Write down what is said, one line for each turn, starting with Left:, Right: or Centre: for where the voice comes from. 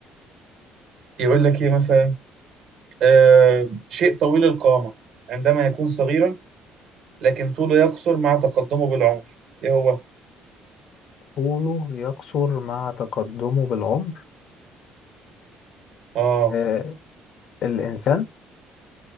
Right: يقول لك ايه مثلا آه شيء طويل القامة عندما يكون صغيرا لكن طوله يقصر مع تقدمه بالعمر ايه هو
Left: طوله يقصر مع تقدمه بالعمر
Right: اه
Left: آه الإنسان